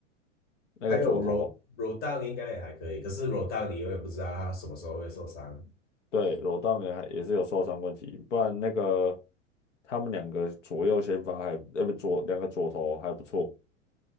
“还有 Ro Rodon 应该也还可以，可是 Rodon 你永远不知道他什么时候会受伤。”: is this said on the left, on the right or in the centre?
Left